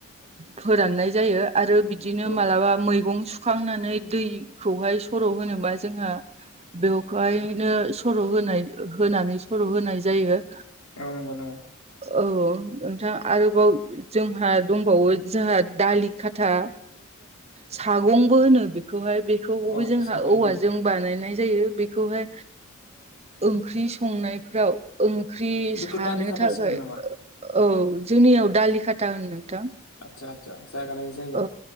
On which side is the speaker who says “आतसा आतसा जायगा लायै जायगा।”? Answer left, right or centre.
Left